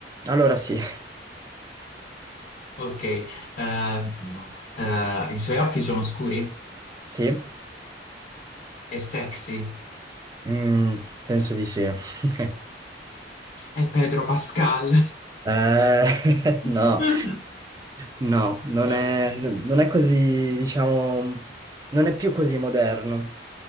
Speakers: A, on the right (about 20°); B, on the left (about 50°).
A: Allora sì, <laughs>
B: ok, eh, Bruno. Eh, i suoi occhi sono scuri,
A: sì,
B: è sexy,
A: Mm, penso di sì. <laughs>
B: è Pedro Pascal.
A: Eh,
B: <laughs>
A: <laughs> no, no, non
B: Ok.
A: è, non è così, diciamo, non è più così moderno.